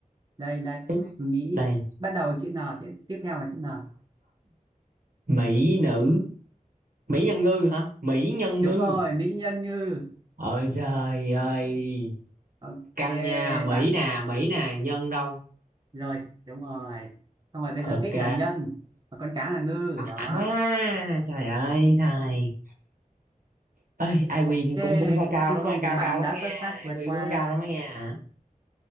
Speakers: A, on the right; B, on the right.
A: đây đây.
B: Ý,
A: Mỹ
B: đây
A: bắt đầu chữ N tiếp tiếp theo là chữ N.
B: Mỹ nữ Mỹ nhân ngư hả Mỹ nhân
A: Đúng
B: ngư
A: rồi, Mỹ nhân Như.
B: ôi giời ơi
A: Ok,
B: căng nha Mỹ
A: bạn
B: nè Mỹ nè nhân đâu
A: rồi, đúng rồi. Xong rồi cái
B: ok
A: dấu X là nhân, và con cá là ngư đó.
B: à trời ơi trời ơi IQ
A: Ok,
B: cũng cũng phải
A: cu-
B: cao
A: cuối
B: lắm
A: cùng
B: á cao
A: thì bạn
B: cao lắm
A: đã
B: á nghe
A: xuất sắc
B: ai
A: vượt
B: IQ
A: qua.
B: cũng phải cao lắm á nghe à